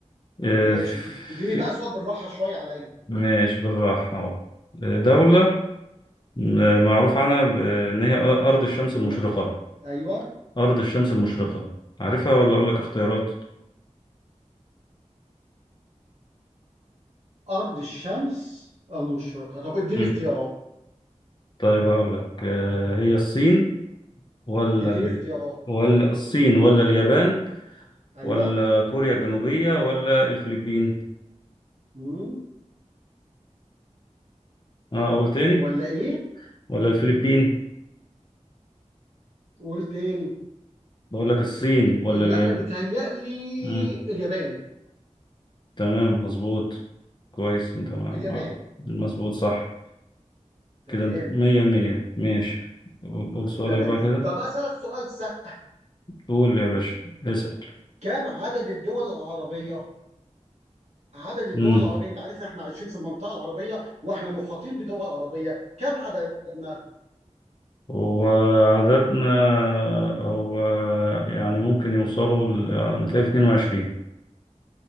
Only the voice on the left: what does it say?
آه،
في...
ماشي بالراحة اهو آه، دولة آه، معروف عنها ب- آه، ان هي ارض الشمس
المشرقة
ارض الشمس المشرقة عارفها ولا اقول لك اختيارات
مم.
طيب هقول لك آه، هي الصين ولا
ال...
ولا الصين ولا اليابان
ولا كوريا الجنوبية ولا الفلبين
اه اقول تاني
ولا الفلبين
بقول لك الصين ولا
اليابان
مم.
تمام مظبوط كويس انت مع...
مع... مظبوط صح
كده انت مية مية ماشي قول قول سؤالك
بقى كده
قول يا باشا اسأل
مم.
وعددنا هو يعني ممكن يوصلوا ل- يعني متهيألي 22